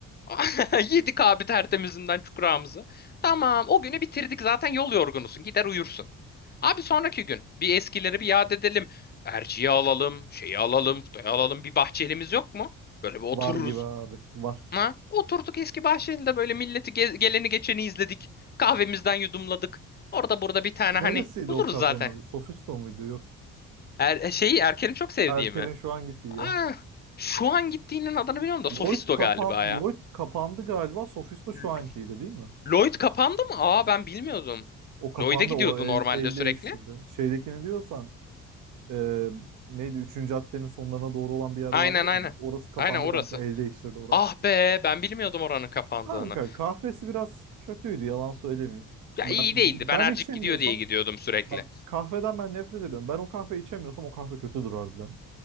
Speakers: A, on the left; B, on the right.
A: <laughs> Yedik abi tertemizinden çukurağımızı. Tamam o günü bitirdik zaten yol yorgunusun. Gider uyursun. Abi sonraki gün bir eskileri bir yad edelim. Erciye alalım, şeyi alalım, Kutay'ı alalım. Bir bahçelimiz yok mu? Böyle bir otururuz.
B: Var gibi abi. Var.
A: Ha? Oturduk eski bahçelinde böyle milleti ge- geleni geçeni izledik. Kahvemizden yudumladık. Orada burada bir tane
B: Neresiydi
A: hani buluruz
B: o kafenin
A: zaten.
B: adı? Sofisto muydu? Yok.
A: Er, e, şeyi Erken'i çok sevdiğimi.
B: Erker'in şu an gittiği
A: Ah,
B: ya.
A: şu an gittiğinin adını biliyorum da Sofisto
B: Lloyd kapan
A: galiba ya.
B: Lloyd kapandı galiba. Sofisto şu
A: L-
B: ankiydi değil mi?
A: Lloyd kapandı mı? Aa ben bilmiyordum.
B: O kapandı.
A: Lloyd'e gidiyordu
B: O el,
A: normalde
B: el
A: sürekli.
B: değiştirdi. Şeydekini diyorsan e, neydi? Üçüncü caddenin sonlarına doğru olan bir yer
A: Aynen
B: vardı
A: aynen.
B: yani. Orası kapandı
A: Aynen orası.
B: kanka. El değiştirdi orası.
A: Ah be ben bilmiyordum oranın kapandığını.
B: Kanka kahvesi biraz kötüydü. Yalan söylemeyeyim.
A: Ya
B: Ben,
A: iyi değildi.
B: ben
A: Ben Ercik
B: içemiyorsam
A: gidiyor diye gidiyordum sürekli.
B: bak kahveden ben nefret ediyorum. Ben o kahve içemiyorsam o kahve kötüdür harbiden.